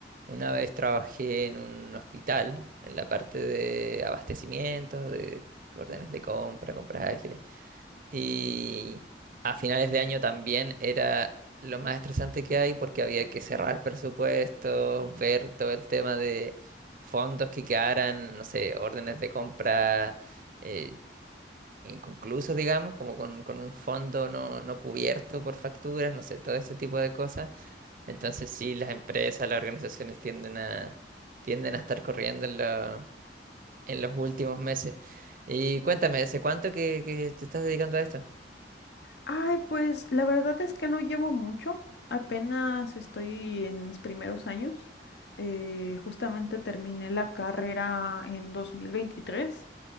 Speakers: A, on the right; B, on the left.
A: Una vez trabajé en un hospital, en la parte de abastecimientos, de órdenes de compra, compras ágiles. Y a finales de año también era lo más estresante que hay porque había que cerrar presupuestos, ver todo el tema de fondos que quedaran, no sé, órdenes de compra eh, inconclusos, digamos, como con, con un fondo no, no cubierto por facturas, no sé, todo ese tipo de cosas. Entonces sí, las empresas, las organizaciones tienden a, tienden a estar corriendo en, lo- en los últimos meses. Y cuéntame, ¿hace cuánto que, que te estás dedicando a esto?
B: Ay, pues la verdad es que no llevo mucho, apenas estoy en mis primeros años, eh, justamente terminé la carrera en 2023.